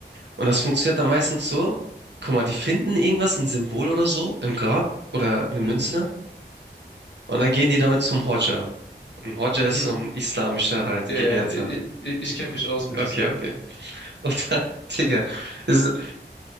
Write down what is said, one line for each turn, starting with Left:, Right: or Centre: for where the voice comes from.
Right: Und das funktioniert dann meistens so, guck mal, die finden irgendwas, ein Symbol oder so im Grab oder eine Münze
Left: Mhm,
Right: und dann gehen die damit zum Hodja. Und Hodja
Left: mhm.
Right: ist so ein islamischer halt
Left: Ja,
Right: Gelehrter.
Left: ja, ich, ich, ich kenne mich aus mit
Right: Okay,
Left: Islam.
Right: okay. Und dann, <laughs> Digga, ist,